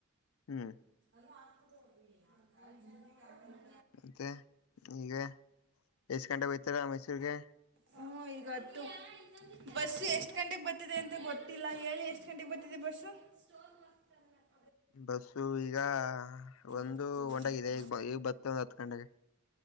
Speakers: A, on the left; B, on the right.
A: ಹ್ಮ್
B: <unintelligible>
A: ಮತ್ತೆ ಈಗ ಎಷ್ಟ್ ಗಂಟೆಗೆ ಹೋಯ್ತಾರ ಮೈಸೂರ್ಗೆ
B: ಹ ಇಗ ತು ಬಸ್ಸು ಎಷ್ಟು ಗಂಟೆಗೆ ಬರ್ತಿದೆ ಅಂತ ಗೊತ್ತಿಲ್ಲ ಹೇಳಿ ಎಷ್ಟು ಗಂಟೆಗೆ ಬರ್ತಿದೆ ಬಸ್ಸು <inaudible> ಮಸ್ ಅಲ್ಲ
A: ಬಸ್ಸು ಈಗ ಒಂದು
B: ಗೊತ್ತಿಲ್ಲಕ್ಕ
A: ಒಂಟಗ ಇದೆ ಈಗ ಈಗ ಬತ್ತ ಒಂದ್ ಹತ್ತು ಗಂಟೆಗೆ